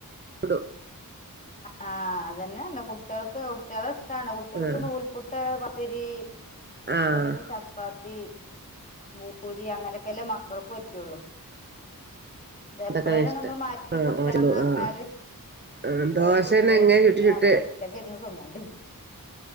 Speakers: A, on the right; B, on the left.
A: ടു ടു
B: ആ അതന്നെ പറഞ്ഞെ കുട്ടികൾക്ക് കുട്ടികളെഷ്ടാണ് കുട്ട്യാൾക്ക്
A: ആഹ്
B: നൂൽപുട്ട് പ പത്തിരി
A: ആഹ്
B: അല്ലെങ്കിൽ ചപ്പാത്തി. ഭൂരി അങ്ങനെയൊക്കെല്ലേ മക്കൾക്ക് പറ്റുള്ളു. ഇതെപ്പളേ
A: അങ്ങൻത്തൊക്കെ
B: ലൊന്ന്മാറ്റി
A: ഇഷ്ടം ആഹ്
B: പുടിച്ചണംന്ന് പറഞ്ഞാല്.
A: ആഹ് ആഹ് ദോശന്നെ
B: ഓര് തിന്നൂല
A: ഇങ്ങനെ ചുട്ട്
B: പിന്നെ
A: ചുട്ട്
B: നമ്മള് ഒറ്റക്കിരുന്ന് തിന്നണ്ടേ